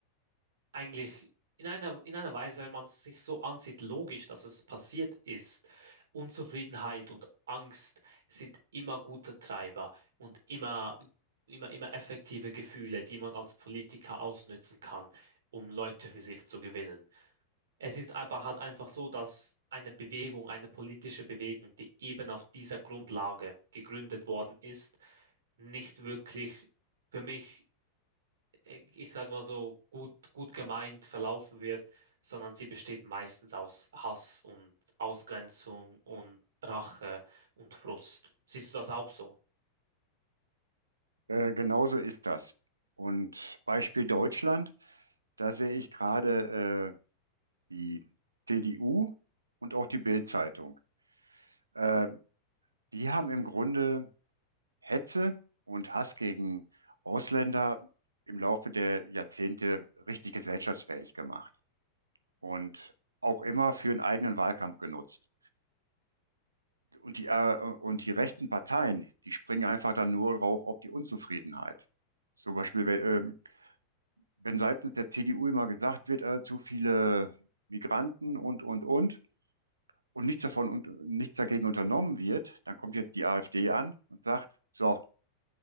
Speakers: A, on the right; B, on the right.
A: eigentlich in einer, in einer Weise, wenn man es sich so ansieht, logisch, dass es passiert ist. Unzufriedenheit und Angst sind immer gute Treiber und immer, immer, immer effektive Gefühle, die man als Politiker ausnützen kann, um Leute für sich zu gewinnen. Es ist aber halt einfach so, dass eine Bewegung, eine politische Bewegung, die eben auf dieser Grundlage gegründet worden ist, nicht wirklich für mich äh, ich sage mal so, gut, gut gemeint verlaufen wird, sondern sie besteht meistens aus Hass und Ausgrenzung und Rache und Frust. Siehst du das auch so?
B: Äh, genauso ist das. Und Beispiel Deutschland. Da sehe ich gerade äh, die CDU und auch die Bild-Zeitung. Äh, die haben im Grunde Hetze und Hass gegen Ausländer im Laufe der Jahrzehnte richtig gesellschaftsfähig gemacht und auch immer für einen eigenen Wahlkampf genutzt. Und die, äh, und die rechten Parteien, die springen einfach dann nur drauf auf die Unzufriedenheit. Zum Beispiel, wenn, ähm, wenn seitens der CDU immer gesagt wird, äh, zu viele Migranten und, und, und. und nichts davon und nichts dagegen unternommen wird, dann kommt jetzt die AfD an und sagt, so,